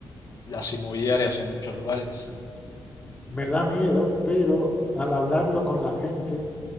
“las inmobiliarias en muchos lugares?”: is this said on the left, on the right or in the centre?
Left